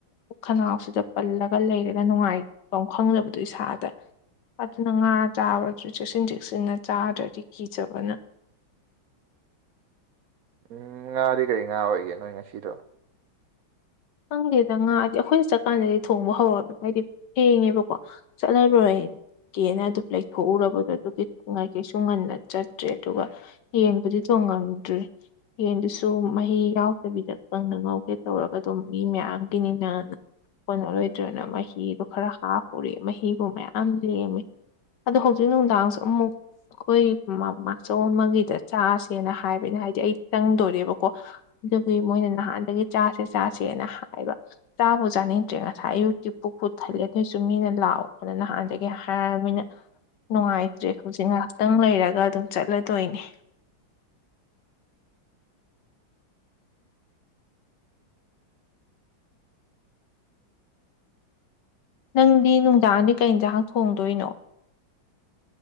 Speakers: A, on the left; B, on the right.
A: ꯈꯅꯥꯎꯁꯤꯗ ꯄꯜꯂꯒ ꯂꯩꯔꯒ ꯅꯨꯡꯉꯥꯏꯕꯝ ꯈꯪꯗꯕꯗꯣ ꯏꯁꯥꯗ ꯑꯗꯨꯅ ꯉꯥ ꯆꯥꯕꯁꯨ ꯆꯦꯛꯁꯤꯟ ꯆꯦꯛꯁꯤꯟꯅ ꯆꯥꯗ꯭ꯔꯗꯤ ꯀꯤꯖꯕꯅ
B: ꯎꯝ ꯉꯥꯗꯤ ꯀꯔꯤ ꯉꯥ ꯑꯣꯏꯒꯦ ꯅꯣꯏ ꯉꯁꯤꯗꯣ
A: ꯈꯪꯗꯦꯗ ꯉꯥ ꯑꯗꯤ ꯑꯈꯣꯏꯅ ꯆꯠꯀꯥꯟꯗꯗꯤ ꯊꯣꯡꯕ ꯍꯧꯔꯕ ꯍꯥꯏꯗꯤ ꯊꯦꯡꯉꯦꯕꯀꯣ ꯆꯠꯂꯔꯣꯏ ꯀꯦꯅ ꯑꯗꯨꯝ ꯂꯩꯊꯣꯛꯎꯔꯕꯗꯣ ꯑꯗꯨꯒꯤꯉꯥꯏ ꯀꯩꯁꯨ ꯉꯟꯅ ꯆꯠꯇ꯭ꯔꯦ ꯑꯗꯨꯒ ꯌꯦꯟꯕꯨꯗꯤ ꯊꯣꯡꯉꯝꯗ꯭꯭ꯔꯤ ꯌꯦꯟꯗꯨꯁꯨ ꯃꯍꯤ ꯌꯥꯎꯗꯕꯤꯗ ꯀꯪꯅ ꯉꯧꯒꯦ ꯇꯧꯔꯒ ꯑꯇꯣ ꯃꯤ ꯃꯌꯥꯝꯒꯤꯅꯤꯅꯅꯥ ꯀꯣꯟꯅꯔꯣꯏꯗ꯭ꯔꯅ ꯃꯍꯤꯗꯣ ꯈꯔ ꯍꯥꯞꯄꯨꯔꯦ ꯃꯍꯤꯕꯨ ꯃꯌꯥꯝ ꯂꯦꯝꯃꯦ ꯑꯗꯣ ꯍꯧꯖꯤꯛ ꯅꯨꯡꯗꯥꯡꯁꯨ ꯑꯃꯨꯛ ꯑꯈꯣꯏ ꯃꯃꯆꯧ ꯑꯃꯒꯤꯗ ꯆꯥꯁꯦꯅ ꯍꯥꯏꯕ ꯑꯩꯅ ꯍꯥꯏꯗꯤ ꯑꯩ ꯆꯪꯗꯣꯔꯦꯕꯀꯣ ꯑꯗꯨꯒꯤ ꯃꯣꯏꯅ ꯅꯍꯥꯟꯗꯒꯤ ꯆꯥꯁꯦ ꯆꯥꯁꯦꯅ ꯍꯥꯏꯕ ꯆꯥꯕꯨ ꯆꯥꯅꯤꯡꯗ꯭ꯔꯦ ꯉꯁꯥꯏ ꯑꯌꯨꯛꯀꯤ ꯄꯨꯛꯄꯨ ꯊꯜꯂꯦ ꯑꯗꯣꯏꯁꯨ ꯃꯤꯅ ꯂꯥꯛꯑꯣꯅ ꯅꯍꯥꯟꯗꯒꯤ ꯍꯥꯏꯔꯃꯤꯅ ꯅꯨꯡꯉꯥꯏꯇ꯭ꯔꯦ ꯍꯧꯖꯤꯛ ꯉꯥꯏꯍꯥꯛꯇꯪ ꯂꯩꯔꯒ ꯑꯗꯨꯝ ꯆꯠꯂꯗꯣꯏꯅꯦ ꯅꯪꯗꯤ ꯅꯨꯡꯗꯥꯡꯗꯤ ꯀꯩ ꯏꯟꯖꯥꯡ ꯊꯣꯡꯗꯣꯏꯅꯣ